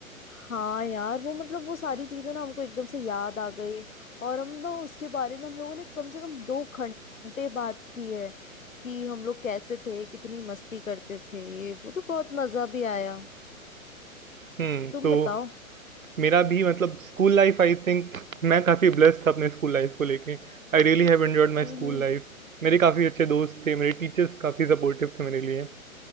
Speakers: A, on the left (about 65°); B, on the right (about 70°).
A: हाँ यार वो मतलब वो सारी चीजें ना हमको एकदम से याद आ गई और हम ना उसके बारे में हम लोगों ने कम से कम दो घंटे बात की है कि हम लोग कैसे थे कितनी मस्ती करते थे ये वो तो बहुत मजा भी आया
B: हम्म
A: तुम
B: तो
A: बताओ
B: मेरा भी मतलब स्कूल लाइफ आई थिंक मैं काफ़ी ब्लेस्ड था अपने स्कूल लाइफ को लेके I really have enjoyed my
A: हम्म
B: school
A: हम्म
B: life मेरे काफ़ी अच्छे दोस्त थे मेरे टीचर्स काफ़ी सपोर्टिव थे मेरे लिए